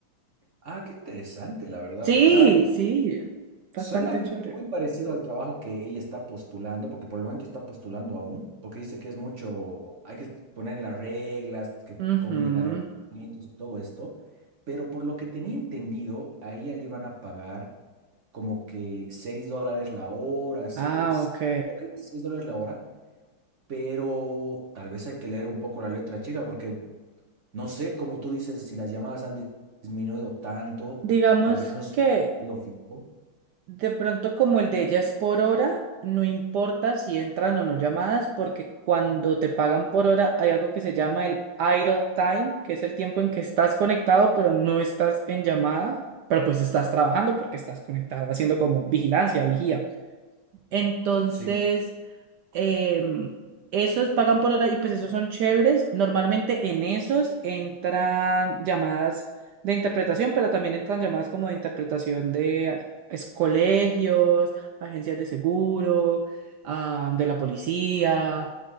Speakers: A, on the right; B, on the right.
A: Ah, qué interesante, la verdad.
B: Sí,
A: me- O sea,
B: sí, bastante
A: suena mu-
B: chévere.
A: muy parecido al trabajo que ella está postulando, porque por el momento está postulando aún, porque dice que es mucho, hay que poner en las reglas, que
B: Ujú.
A: cómo llenar los documentos y todo esto. Pero por lo que tenía entendido, a ella le iban a pagar como que 6 dólares la hora, siete,
B: Ah, ok.
A: creo que era 6 dólares la hora, pero tal vez hay que leer un poco la letra chica, porque No sé, como tú dices, si las llamadas han dis- disminuido tanto,
B: Digamos
A: tal vez no es
B: que
A: lo fijo.
B: De pronto, como el de ella es por hora, no importa si entran o no llamadas, porque cuando te pagan por hora hay algo que se llama el idle time, que es el tiempo en que estás conectado, pero no estás en llamada, pero pues estás trabajando porque estás conectado, haciendo como vigilancia, vigía. Entonces
A: Sí.
B: eh, esos pagan por hora y pues esos son chéveres. Normalmente en esos entran llamadas de interpretación, pero también entran llamadas como de interpretación de ah, es, colegios, agencias de seguro, ah, de la policía.